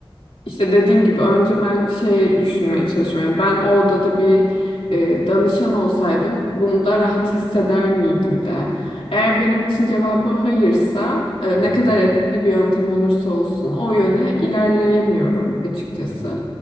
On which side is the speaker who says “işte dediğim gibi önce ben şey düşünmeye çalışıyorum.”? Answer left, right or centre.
Left